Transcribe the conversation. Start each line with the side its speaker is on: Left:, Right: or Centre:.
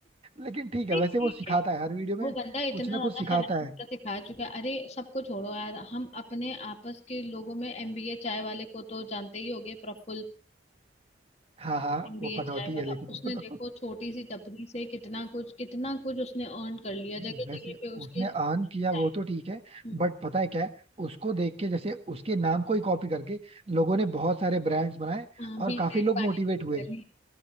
Right: लेकिन ठीक है
Left: ठीक
Right: वैसे वो सिखाता
Left: है
Right: है हर वीडियो में
Left: वो बंदा इतना
Right: कुछ
Left: ज्यादा
Right: ना कुछ सिखाता
Left: फाइनेंस
Right: है
Left: का सिखा चुका है अरे सबको छोड़ो यार हम अपने आपस के लोगों में एमबीए चाय वाले को तो जानते ही होंगे प्रफुल्ल
Right: हाँ हाँ
Left: एमबीए
Right: वो पनौती
Left: चाय वाला
Right: है लेकिन वो
Left: उसने देखो
Right: तो <laughs>
Left: छोटी सी टपरी से कितना कुछ कितना कुछ उसने अर्न कर लिया
Right: नहीं
Left: जगह
Right: वैसे
Left: जगह पे उसके
Right: उसने अर्न
Left: चाय
Right: किया वो तो ठीक है
Left: हम्म,
Right: बट पता है क्या है उसको देख के जैसे उसके नाम को ही कॉपी करके लोगों ने बहुत सारे ब्रांड्स बनाए
Left: हाँ
Right: और
Left: बीटेक
Right: काफी लोग
Left: पानीपुरी
Right: मोटिवेट हुए
Left: वाली